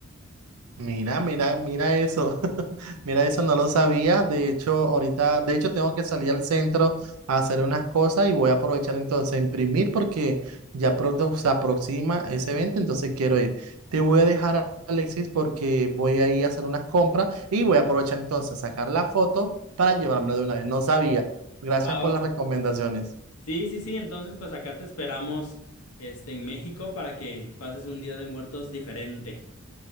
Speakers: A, on the right (about 85°); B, on the left (about 85°).
A: Mira, mira, mira eso. <laughs> Mira eso, no lo sabía. De hecho, ahorita, de hecho, tengo que salir al centro a hacer unas cosas y voy a aprovechar entonces a imprimir porque ya pronto se aproxima ese evento, entonces quiero ir. Te voy a dejar, Alexis, porque voy a ir a hacer unas compras y voy a aprovechar entonces a sacar la foto para llevármela de una vez. No sabía. Gracias
B: Va,
A: por
B: va,
A: las
B: va.
A: recomendaciones.
B: Sí, sí, sí, entonces pues acá te esperamos este, en México para que pases un día de muertos diferente.